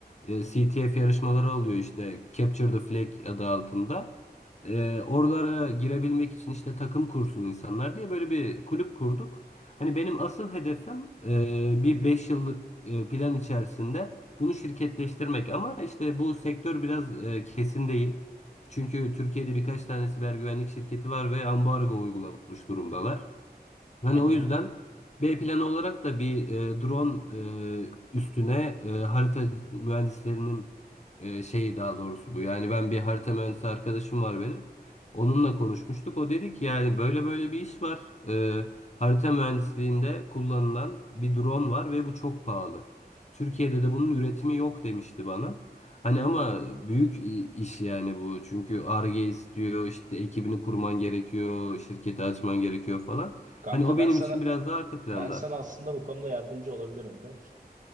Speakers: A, on the left (about 45°); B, on the right (about 50°).
A: E, CTF yarışmaları oluyor işte Capture the Flag adı altında. E, oralara girebilmek için işte takım kursun insanlar diye böyle bir kulüp kurduk. Hani benim asıl hedefim e, bir 5 yıllık e, plan içerisinde bunu şirketleştirmek ama işte bu sektör biraz e, kesin değil. Çünkü Türkiye'de birkaç tane siber güvenlik şirketi var ve ambargo uygulamış durumdalar. Hani
B: aha.
A: o yüzden B planı olarak da bir e, drone e, üstüne e, harita mühendislerinin e, şeyi daha doğrusu bu. Yani ben bir harita mühendisi arkadaşım var benim. Onunla konuşmuştuk. O dedi ki yani böyle böyle bir iş var. E, harita mühendisliğinde kullanılan bir drone var ve bu çok pahalı. Türkiye'de de bunun üretimi yok demişti bana. Hani ama büyük i- iş yani bu. Çünkü Ar-Ge istiyor, işte ekibini kurman gerekiyor, şirketi açman gerekiyor falan.
B: Kanka
A: Hani o
B: ben
A: benim
B: sana
A: için biraz daha arka planda.
B: ben sana aslında bu konuda yardımcı olabilirim biliyor musun?